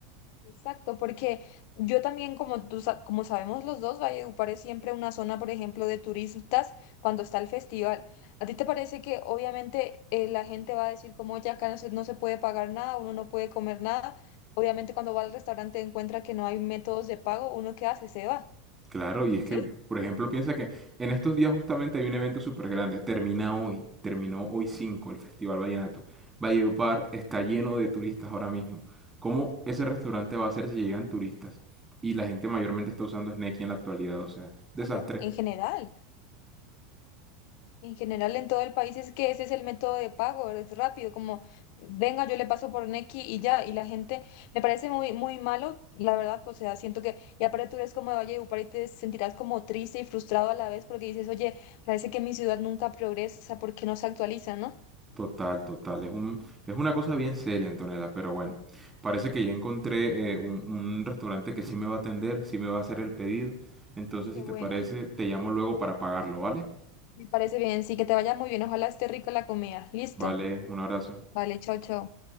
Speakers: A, on the left (about 60°); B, on the right (about 15°).
A: Exacto, porque yo también, como tú, sa- como sabemos los dos, Valledupar es siempre una zona, por ejemplo, de turistas cuando está el festival. ¿A ti te parece que obviamente eh, la gente va a decir como ya acá no se, no se puede pagar nada, uno no puede comer nada? Obviamente cuando va al restaurante encuentra que no hay métodos de pago, ¿uno qué hace? Se va,
B: Claro, y es
A: ¿sí?
B: que, por ejemplo, piensa que en estos días justamente hay un evento súper grande. Termina hoy, terminó hoy 5 el Festival Vallenato. Valledupar está lleno de turistas ahora mismo. ¿Cómo ese restaurante va a ser si llegan turistas? Y la gente mayormente está usando Sneaky en la actualidad, o sea, desastre.
A: Claro, en general. En general, en todo el país es que ese es el método de pago, es rápido, como venga, yo le paso por Nequi y ya, y la gente me parece muy, muy malo, la verdad, pues, o sea, siento que, y aparte tú eres como de Valledupar y te sentirás como triste y frustrado a la vez porque dices, oye, parece que mi ciudad nunca progresa porque no se actualiza, ¿no?
B: Total, total. Es un, es una cosa bien seria, Antonella, pero bueno, parece que ya encontré eh, un, un restaurante que sí me va a atender, sí me va a hacer el pedido. Entonces,
A: Qué
B: si te
A: bueno,
B: parece, te llamo luego para pagarlo, ¿vale?
A: me parece bien, sí, que te vaya muy bien, ojalá esté rica la comida, listo,
B: Vale, un abrazo.
A: vale, chao, chao.